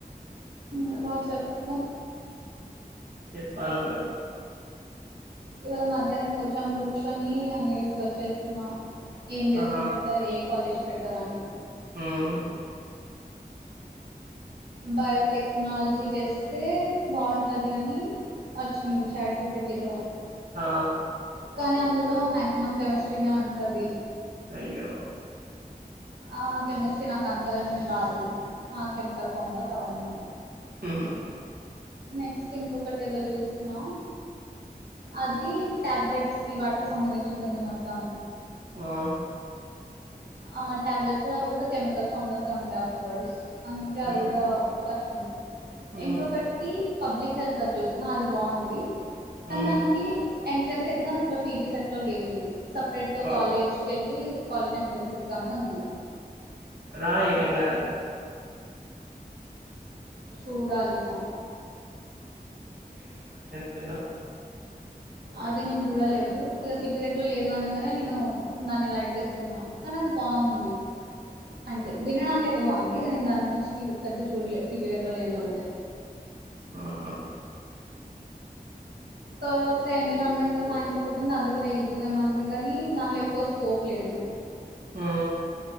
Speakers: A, on the right; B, on the right.
A: ఇంకా చెప్పు
B: చెప్పలనువ్వే
A: ఇవాళ మధ్యాహ్నం కొంచెం కూర్చొని అన్ని రీసర్చ్ చేస్తున ఏం చేస్తే
B: ఆ!
A: బెటర్ ఏ కాలేజ్ బెటర్ అని
B: హ్మ్.
A: బయోటెక్నాలజీ చేస్తే బాగుంటది అని వచ్చింది చాట్ జిపీటీలో
B: ఆ
A: కానీ అందులో మాక్సిమం కెమిస్ట్రీనే ఉంటది
B: అయ్యో
A: ఆ కెమిస్ట్రీ నాకు అంతగానేేం రాదు ఆ కెమికల్ ఫామ్లాస్ అవన్నీ
B: హహ్మ్
A: నెక్స్ట్ ఇంకొకటి ఏదో చూస్తున్నా అది టాబ్లెట్స్కి వాటికి సంబంధించింది ఉంది మొత్తం
B: ఆ
A: ఆ ట్యాబ్లెట్స్ కూడా అవి కూడా కెమికల్ ఫామ్లాసే ఉంటాయి ఆఫ్ కోర్స్ అందుకే
B: హ్మ్.
A: అది కూడా కష్టం
B: హ్మ్.
A: ఇంకొకటి పబ్లిక్ హెల్త్ అది చూసిన అది బాగుంది కానీ
B: హ్మ్.
A: దానికి ఎంట్రన్స్ ఎగ్జామ్ ఇట్లా పీజీస్ సెట్లో లేదు సపరేట్గా
B: ఓహ్!
A: కాలేజ్ కెళ్ళి కాలేజ్ ఎంట్రన్స్ ఎగ్జామే ఉంది
B: రాయ్ ఎంగదు
A: చూడాలిగా
B: తిన
A: అది నేను చూడలేదు ఇక సిటిికెట్లో లేదు అనగానే నేను దాన్ని లైట్ తీసుకున్నా కానీ బొంది అంటే వినడానికి అయితే బొంది కానీ దాని గురించి పెద్ద చూడలేదు సిపిగట్లా లేదు అంటే
B: ఆహ
A: తర్వాత ఎన్విరాన్మెంటల్ సైన్స్ ఒకటి ఉంది అది కూడా ఈజీగానే ఉంది కానీ దానిలో ఎక్కువ స్కోప్ లేదు
B: ఆ